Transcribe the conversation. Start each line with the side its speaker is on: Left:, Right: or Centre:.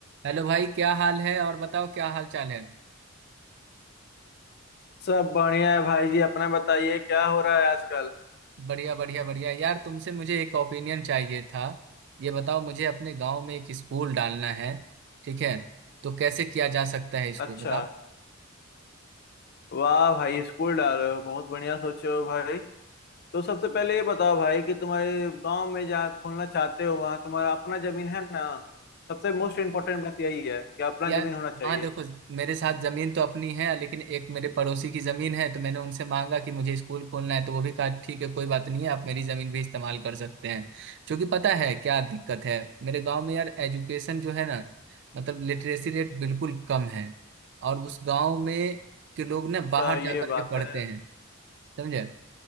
Right: Hello भाई क्या हाल है और बताओ क्या हाल चाल है
Left: सब बढ़िया है भाई जी अपना बताइए क्या हो रहा है आजकल
Right: बढ़िया बढ़िया बढ़िया यार तुमसे मुझे एक ओपिनियन चाहिए था ये बताओ मुझे अपने गांव में एक स्कूल डालना है ठीक है तो कैसे किया जा सकता है इसको
Left: अच्छा
Right: बताओ
Left: वाह भाई स्कूल डाल रहे हो बहुत बढ़िया सोचे हो भाई तो सबसे पहले ये बताओ भाई कि तुम्हारे गांव में जहाँ खोलना चाहते हो वहाँ तुम्हारा अपना जमीन है ना सबसे मोस्ट इम्पोर्टेंट बात यही है कि अपना
Right: यार
Left: जमीन होना चाहिए
Right: हाँ देखो मेरे साथ जमीन तो अपनी है लेकिन एक मेरे पड़ोसी की जमीन है तो मैंने उनसे मांगा कि मुझे स्कूल खोलना है तो वो भी कहा ठीक है कोई बात नहीं है आप मेरी जमीन भी इस्तेमाल कर सकते हैं क्योंकि पता है क्या दिक्कत है मेरे गांव में यार एजुकेशन जो है ना मतलब लिटरेसी रेट बिल्कुल कम है और उस गांव में के लोग ना बाहर
Left: अच्छा ये
Right: जा करके
Left: बात
Right: पढ़ते
Left: है
Right: हैं समझे